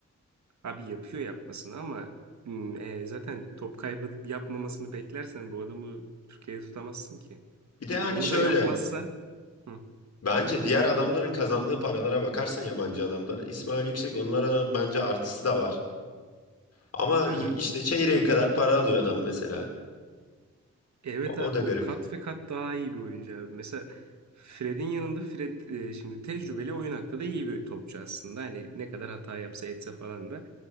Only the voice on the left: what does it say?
Bir de hani
şöyle
bence diğer adamların kazandığı paralara bakarsan yabancı adamların İsmail Yüksek onlardan bence artısı da var. Ama
i- işte çeyreği kadar para alıyor adam mesela.
O,
o da garip.